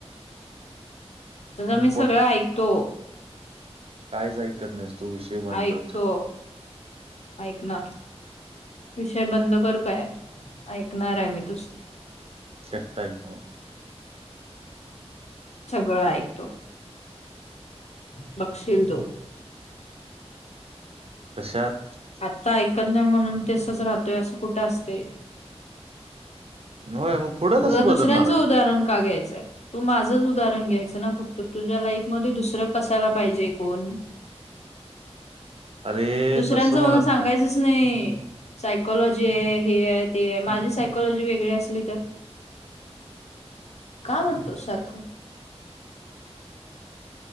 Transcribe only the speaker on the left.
तुझं मी
सगळं ऐकतो.
ऐकतो
ऐकणार. विषय बंद कर काय? ऐकणार आहे मी तुझ.
सगळं ऐकतो. बघशील तू.
आत्ता ऐकत नाही म्हणून तेसच राहतोय असं कुठं असते?
तुला
दुसऱ्यांचं
उदाहरण का घ्यायचंय? तू माझंच उदाहरण घ्यायच ना फक्त तुझ्या लाईफ मध्ये दुसरं कसाला पाहिजे कोण?
दुसऱ्यांचं
मला सांगायचं
नाही सायकॉलॉजी आहे. हे आहे, ते आहे माझी सायकॉलॉजी वेगळी असली तर का म्हणतो सारखं?